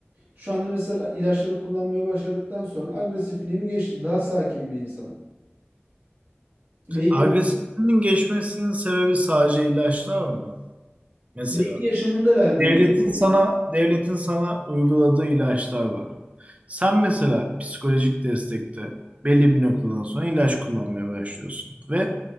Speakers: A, on the right (about 55°); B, on the right (about 35°).
A: Şu anda mesela ilaçları kullanmaya başladıktan sonra agresifliğim geçti. Daha sakin bir insanım. Belki
B: Agresifliğin
A: bunu
B: geçmesinin sebebi sadece ilaçlar mı? Mesela
A: belki yaşamında verdiği
B: devletin
A: bir
B: sana
A: şey.
B: devletin sana uyguladığı ilaçlar var. Sen mesela psikolojik destekte belli bir noktadan sonra ilaç kullanmaya başlıyorsun ve